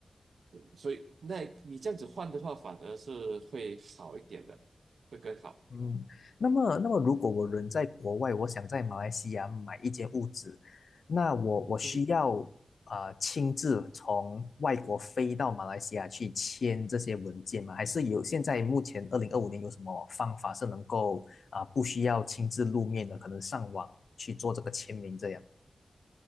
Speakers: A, on the right (about 85°); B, on the left (about 75°).
A: 所以那你这样子换的话，反而是会好一点的，会更好。
B: 嗯，那么，那么如果我人在国外，我想在马来西亚买一间屋子，那我我需要呃亲自从外国飞到马来西亚去签这些文件吗？
A: 嗯，
B: 还是有现在目前二零二五年有什么方法是能够啊、不需要亲自露面的，可能上网去做这个签名这样？